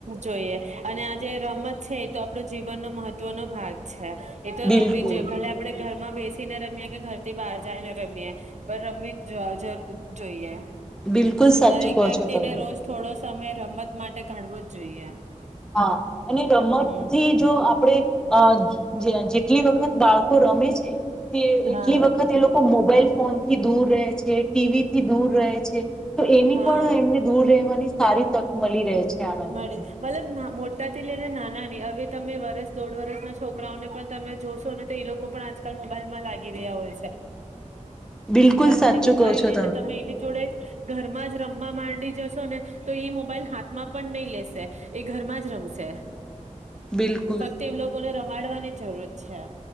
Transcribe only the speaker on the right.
જોઈએ અને આજે રમત છે એ તો આપણો જીવનનો મહત્વનો ભાગ છે. એ તો
રમી જ ભલે આપડે ઘરમાં બેસીને રમી કે ઘર... તે બહાર જાય ને રમીએ પણ રમવી જોઈ જોઈએ.
દરેક
વ્યક્તિ
ને રોજ થોડો... ગમત માટે કાઢવો જ જોઈએ.
હમ
હા
હા
મળી મતલબ ના મોટી. સતાથી લઈને નાનાની હવે તમે વરસ દોઢ વરસના છોકરાઓને પણ તમે જોશો અને તો એ લોકો પણ આજકાલ મોબાઈલમાં લાગી રહ્યા હોય છે.
પ તથી
મોબાઈલ
લઈને તમે એની જોડે ઘરમાં જ રમવા માંડી જશો ને તો એ મોબાઈલ હાથમાં પણ નહી લેશે એ ઘરમાં જ રમશે.
ફક્ત એમ લોકોને રમ માડવાની જરૂર છે.